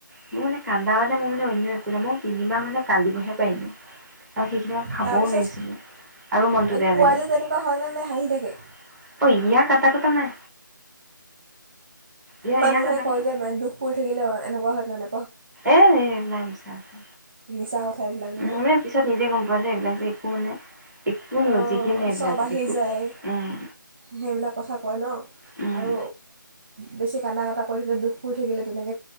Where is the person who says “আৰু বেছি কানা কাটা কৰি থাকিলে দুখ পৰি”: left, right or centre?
Right